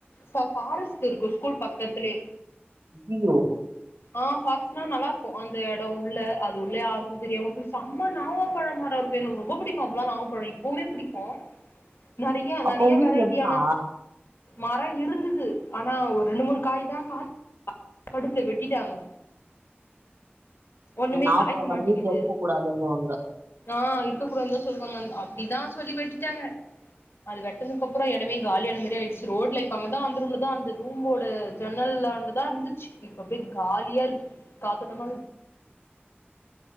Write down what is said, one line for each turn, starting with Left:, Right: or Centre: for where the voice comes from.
Left: ஃபாரஸ்ட் இருக்கு ஸ்கூல் பக்கத்துலே
Right: ஐயியோ
Left: ஆ ஃபாரஸ்ட்னா நல்லா இருக்கு அந்த எடோ உள்ள அது உள்ள யாருக்கு தெரியாம போய் செம்ம நாவ பழமரம் இருக்கு எங்களுக்கு ரொம்ப பிடிக்கு அப்பல்லா நாவ பழோ இப்பவுமே பிடிக்கு நறைய
Right: அப்போ
Left: நறைய
Right: உ வீட்ல
Left: வெரைட்டியான
Right: இருக்கா
Left: மர இருந்துது ஆனா ஒரு ரெண்டு மூணு காய்தா கா கடுப்புல வெட்டிட்டாங்க ஒன்னுமே
Right: நா
Left: காய்க்க
Right: போட மாட்ட
Left: மாட்டிக்குது
Right: வீட்ல இருக்க கூடாதுன்னுவாங்க
Left: ஆ இருக்க கூடாதுனுதா சொல்லுவாங்க அப்டிதா சொல்லி வெட்டிட்டாங்க அது வெட்டனுக்கப்புற எடமே காலியான மாரி ஆயிச்சு ரோட்ல இப்ப அங்கதா அந்த ரூம்லதா அந்த ரூம்மோட ஜன்னல்லாண்டதா இருந்துச்சு இப்ப அப்டியே காலியா இருக்கு காத்தோட்டமா